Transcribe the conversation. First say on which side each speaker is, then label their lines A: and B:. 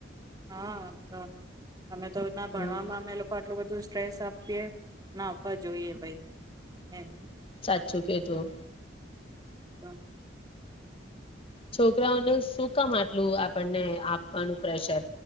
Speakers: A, on the right (about 20°); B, on the left (about 30°).
A: હા તો અમે તો ના ભણવામાં
B: હમ
A: અમે એ લોકો આટલું બધું સ્રેસ આપીએ ના આપવા જોઈએ ભાઈ એમ
B: સાચું કેતોું
A: તો
B: છોકરાઓને શું કામ આટલું આપણને આપવાનું પ્રેશર